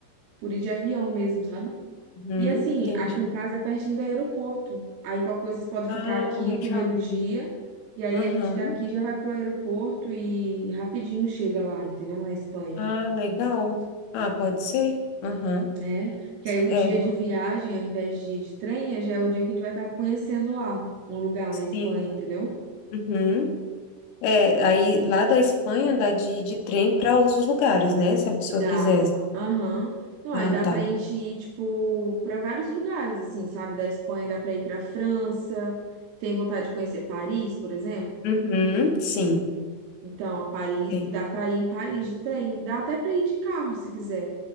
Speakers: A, on the right (about 80°); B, on the left (about 80°).
A: por ir de avião mesmo, sabe?
B: Uhum.
A: E assim,
B: Entendi.
A: aqui em casa é pertinho do aeroporto. Aí qualquer coisa vocês podem
B: Ah,
A: ficar aqui
B: legal.
A: o primeiro dia. E aí
B: Aham.
A: a gente daqui já vai pro aeroporto e rapidinho chega lá, entendeu? Na Espanha.
B: Ah, legal. Ah, pode ser? Aham.
A: É. Porque aí o
B: É,
A: dia de viagem, ao invés de, de trem, já é o dia que a gente vai estar conhecendo lá um lugar na Espanha,
B: sim.
A: entendeu?
B: Uhum. É, aí lá da Espanha dá de, de trem para outros lugares, né? Se a pessoa
A: Dá.
B: quiser.
A: Aham. Não, aí
B: Ah,
A: dá
B: tá.
A: pra gente ir, tipo, pra vários lugares, assim, sabe? Da Espanha dá pra ir pra França. Tem vontade de conhecer Paris, por exemplo?
B: Uhum, sim.
A: Então, a Paris,
B: Ei,
A: dá para ir em Paris de trem, dá até para ir de carro se quiser.